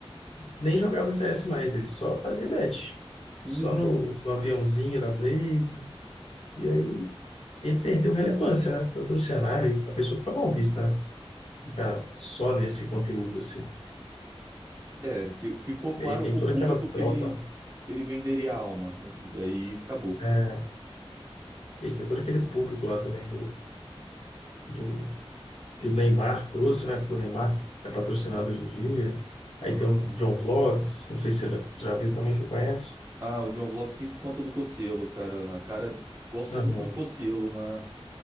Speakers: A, on the left; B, on the right.
A: nem jogava CS mais, ele só fazia bet. Só
B: Uhum.
A: no, no aviãozinho da Blaze. E aí ele perdeu relevância, né? Tanto no cenário, a pessoa fica mal vista, né? Ficar só nesse conteúdo, assim.
B: É, fi- ficou
A: E
B: claro
A: aí tem
B: pro
A: toda
B: público
A: aquela
B: que
A: tropa,
B: ele, que ele venderia a alma. É, aí acabou.
A: é, e aí tem todo aquele público lá também do, do, que o Neymar trouxe, né? Porque o Neymar é patrocinado hoje em dia. Aí
B: Aham.
A: tem o John Vlogs, não sei se você já viu também, você conhece?
B: Ah, o John Vlog sim por conta do Cocielo, cara. A cara. Gosto
A: Aham.
B: muito do Cocielo, mas.